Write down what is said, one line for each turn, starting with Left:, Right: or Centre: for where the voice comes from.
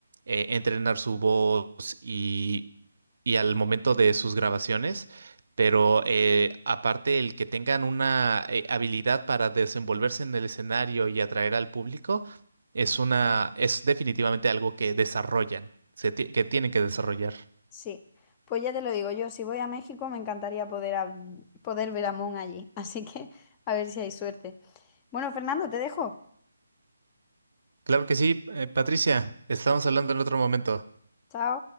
Right: eh, entrenar su voz y, y al momento de sus grabaciones. Pero eh, aparte el que tengan una eh, habilidad para desenvolverse en el escenario y atraer al público, es una, es definitivamente algo que desarrollan, se ti- que tienen que desarrollar.
Left: Sí, pues ya te lo digo yo, si voy a México me encantaría poder, hab- poder ver a Mon allí, <laughs> así que a ver si hay suerte. Bueno, Fernando, te dejo.
Right: Claro que sí, eh, Patricia, estamos hablando en otro momento.
Left: Chao.